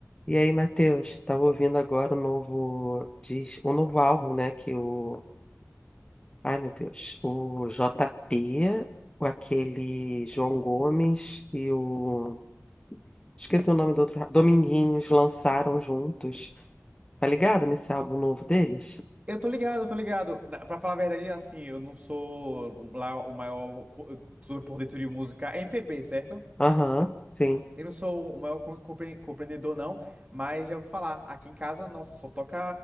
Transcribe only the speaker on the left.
E aí, Matheus, tava ouvindo agora o novo, diz, o novo álbum, né, que o, ai meu Deus, o J P, o aquele João Gomes e o, esqueci o nome do outro, ra- Dominguinhos lançaram juntos, tá ligado nesse álbum novo deles?
Aham, sim.